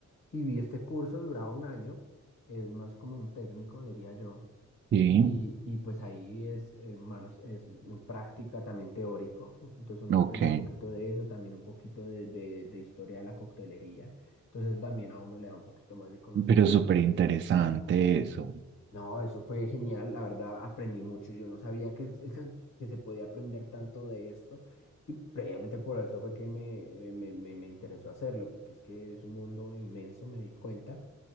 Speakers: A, on the left; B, on the right.
A: Y vi este curso, duraba un año, es más como un técnico, diría yo.
B: Sí,
A: Y, y pues ahí es, eh, manos, es en práctica, también teórico. Entonces uno
B: ok.
A: aprende un poquito de eso, también un poquito de, de, de historia de la coctelería. Entonces eso también a uno le da un poquito más de conocimiento.
B: Pero súper interesante eso.
A: No, eso fue genial, la verdad aprendí mucho, yo no sabía que, se- <laughs> que se podía aprender tanto de esto y previamente por eso fue que me, me, me, me interesó hacerlo, porque es que es un mundo inmenso, me di cuenta.